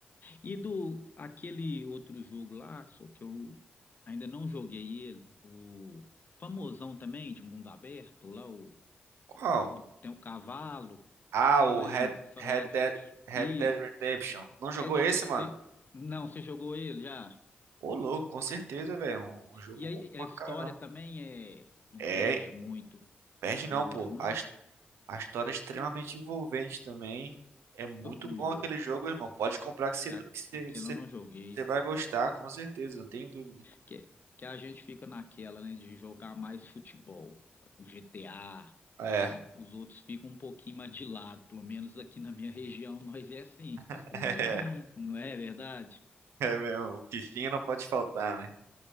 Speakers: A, on the left; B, on the right.
A: E do aquele outro jogo lá, só que eu ainda não joguei ele, o famosão também de mundo aberto, lá o
B: Qual?
A: do- tem o cavalo,
B: Ah, o
A: mas
B: Red,
A: faroeste.
B: Red Dead, Red
A: Isso,
B: Dead Redemption. Não jogou
A: Red,
B: esse, mano?
A: cê- não, você jogou ele já.
B: Ô, louco, com certeza, velho. Um, um jogo
A: E
B: bom
A: aí
B: pra
A: a história
B: caramba.
A: também é não
B: É,
A: perde muito
B: perde
A: pro
B: não,
A: outro
B: pô.
A: não.
B: A, his- a história é extremamente envolvente também. É muito
A: Não,
B: bom aquele jogo, irmão. Pode comprar que você
A: a-
B: que você-
A: aquele
B: você-
A: eu não joguei,
B: você vai gostar, com certeza, não tem dúvida.
A: que que a gente fica naquela, né, de jogar mais futebol, o GTA
B: É,
A: e os outros ficam um pouquinho mais de lado, pelo menos aqui na minha região nós é assim,
B: <laughs>
A: <laughs> não é verdade?
B: é mesmo. O Fifinha não pode faltar, né?